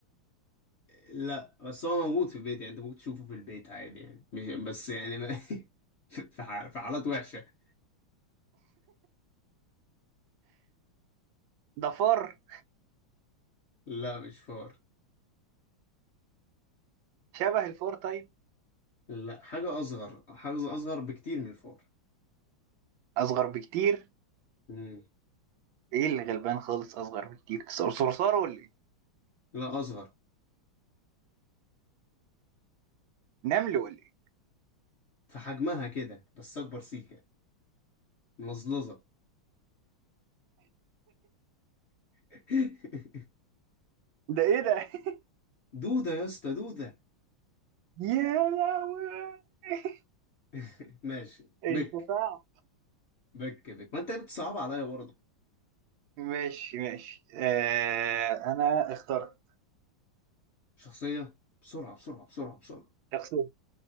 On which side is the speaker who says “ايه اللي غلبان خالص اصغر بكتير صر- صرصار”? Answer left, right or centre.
Right